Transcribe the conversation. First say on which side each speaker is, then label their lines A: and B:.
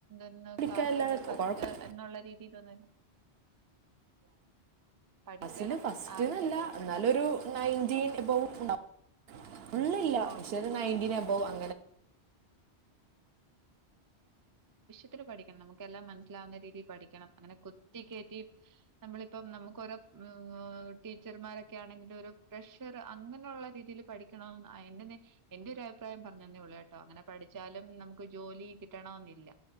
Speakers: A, on the right; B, on the right.
A: ന്നു
B: പഠിക്കാനല്ലാതെ
A: ക്ലാസ്സില് ഫസ്റ്റ്
B: കുഴപ്പം
A: എന്നുള്ള രീതീലൊന്നുല്ല പഠിക്കണം
B: ക്ലാസ്സില് ഫസ്റ്റ്ന്നല്ല
A: ആവശ്യത്തിന്.
B: എന്നാലൊരു നയ്ൻൻ്റീൻ എബൗ ഉണ്ടാവ് ഫുള്ളില്ല
A: ഉം ഓക്കെ.
B: പക്ഷേ നയന്റ്റീ എബൗ അ
A: ത്തൊരി പഠിക്കണം നമുക്കെല്ലാം മനസ്സിലാവുന്ന രീതീ പഠിക്കണം അങ്ങനെ കുത്തിക്കേറ്റി നമ്മളിപ്പം നമുക്കോരോ ടീച്ചർമാരൊക്കെ ആണെങ്കിലു ഒരു പ്രഷറ് അങ്ങനൊള്ള രീതീൽ പഠിക്കണം അഎന്റെന്ന് എൻ്റെ ഒരു അഭിപ്രായം പറഞ്ഞന്നേഉള്ളൂ ഏട്ടോ അങ്ങനെ പഠി ച്ചാലും നമുക്ക് ജോലി കിട്ടണവെന്നില്ല